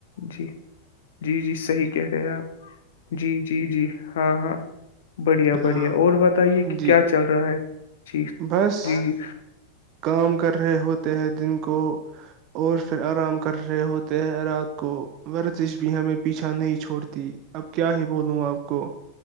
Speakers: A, on the left; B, on the right.
A: جی جی جی صحیح کہہ رہے ہیں آپ جی جی جی ہاں ہاں بڑھیا
B: ہاں
A: بڑھیا اور بتائیے کہ
B: جی
A: کیا چل رہا ہے جی جی
B: بس
A: جی
B: کام کر رہے ہوتے ہیں دن کو اور پھر آرام کر رہے ہوتے ہیں رات کو ورزش بھی ہمیں پیچھا نہیں چھوڑتی اب کیا ہی بولوں آپ کو